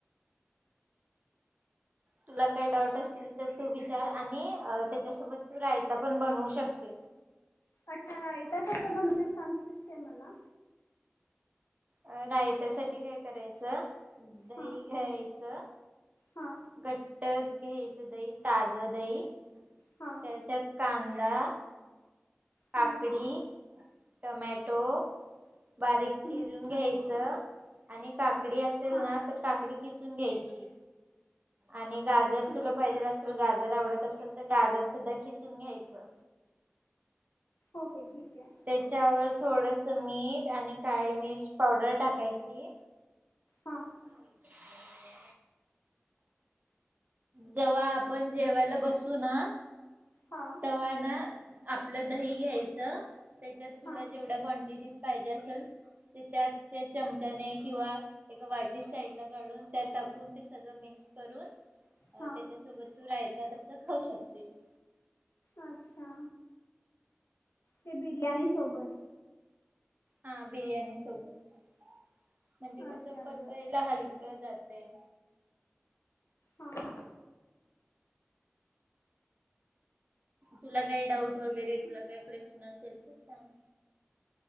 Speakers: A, on the right; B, on the left.
A: तुला काय डाऊट असतील तर तू विचार आणि त्याच्यासोबत तू रायता पण बनवू शकते
B: अच्छा रायता कसं बनवू ते सांगतिस काय मला
A: अ रायत्यासाठी काय करायचं दही
B: हा
A: घ्यायचं
B: हा
A: घट्ट हे घ्यायचं दही ताज दही
B: हा
A: त्याच्यात कां दा काकडी
B: हा
A: टोमॅटो बारीक
B: हम्म,
A: चिरून घ्यायचं
B: हा
A: आणि काकडी असेल
B: हा
A: ना तर काकडी किस किसुन घ्यायची आणि गाजर
B: ठीक
A: तुला
B: आहे
A: पाहिजेल असेल गाजर जर आवडत असेल तर गाजर सुद्धा खिसून घ्यायचं
B: ओके. ठीक आहे
A: त्याच्यावर थोडस मीठ आणि काळी मिर्च पावडर टाकायची
B: हा.
A: <inaudible> जेव्हा आपण जेवायला बसू ना
B: हा
A: तवा ना आपलं दही घ्यायचं त्याच्यात तुला
B: हा
A: जेवढ्या क्वांटिटीत पाहिजे असल ते त्यात त्या चमचाने किंवा एका वाटी साईड ला काढून त्यात टाकून ते सगळं मिक्स करून
B: हा
A: त्याच्यासोबत तू राय तस खाऊ शकतेस
B: अच्छा ते बिर्याणी सोबत
A: हा बिर्यानी सोबत म्हणजे कसं
B: अच्छा
A: पचायला
B: बर
A: हलकं जात ते -
B: हा -
A: तुला काय डाऊट वगैरे तुला काय प्रश्न असेल तर सांग